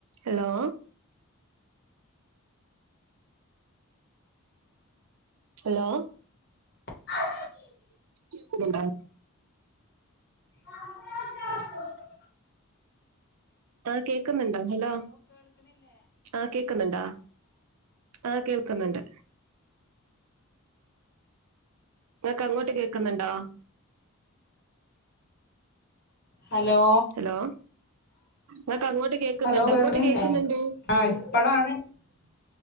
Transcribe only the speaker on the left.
<inaudible>
വ <inaudible>
ഹലോ
ഹലോ കേൾക്കണില്ലേ
ആഹ് ഇപ്പളാണ്